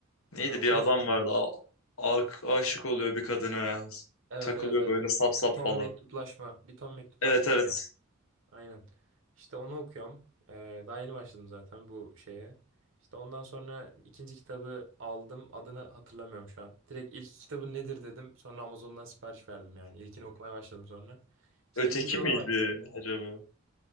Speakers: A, on the left (about 80°); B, on the right (about 65°).
A: Neydi
B: Ha, okumuş
A: bir adam
B: muydun?
A: vardı. A a- aşık oluyor bir kadına.
B: Evet
A: Takılıyor
B: evet evet.
A: böyle sap
B: Bir,
A: sap
B: bir ton
A: falan.
B: mektuplaşma. Bir ton mektuplaşma
A: Evet evet.
B: okuyorum. Aynen. İşte onu okuyorum. Ee, daha yeni başladım zaten bu şeye. İşte ondan sonra ikinci kitabı aldım. Adını hatırlamıyorum şu an. Direkt ilk kitabı nedir dedim. Sonra Amazon'dan sipariş verdim yani. İlkini okumaya başladım sonra. İşte
A: Öteki
B: ikinci
A: miydi
B: ona başladım.
A: acaba?